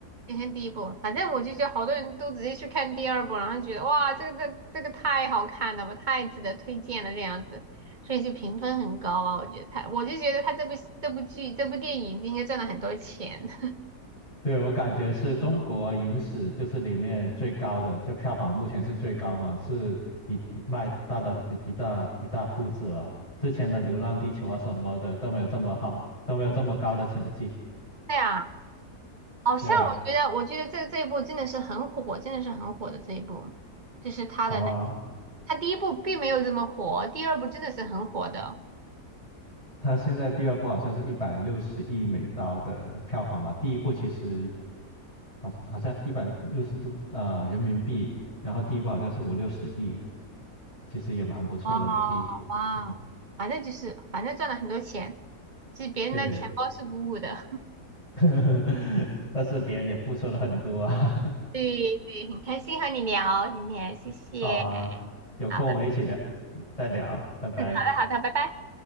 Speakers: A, on the right; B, on the left.
A: 先看第一部，反正我就觉得好多人都直接去看第二部，然后觉得哇，这个这这个太好看了吧，太值得推荐了这样子，所以就评分很高啊。我觉得他，我就觉得他这部这部剧这部电影应该赚了很多钱。<laughs>
B: 对，我感觉是中国影史就是里面最高的，就票房目前是最高嘛，是一一迈大的很一大一大步子了。之前的《流浪地球》啊什么的都没有这么好，都没有这么高的成绩。
A: 对啊，好像我觉得我觉得这这一部真的是很火，
B: 对啊，
A: 真的是很火的这一部，就是他的那
B: 好啊，
A: 他第一部并没有这么火，第二部真的是很火的。
B: 它现在第二部好像是一百六十亿美刀的票房吧，第一部其实好好像一百六十度呃人民币，然后第一部好像是五六十亿，其实也蛮不错的了，
A: 哇哇，
B: 第一部。嗯。
A: 反正就是反正赚了很多钱，其实别人的钱包是鼓鼓的。
B: 对。<laughs> 但是别人也付出了很多啊。
A: 对对，很开心和你聊今天，谢谢。
B: <laughs> 好啊，有空我们一起聊，
A: 好，
B: 再聊，拜拜。
A: 嗯，好的好的，拜拜。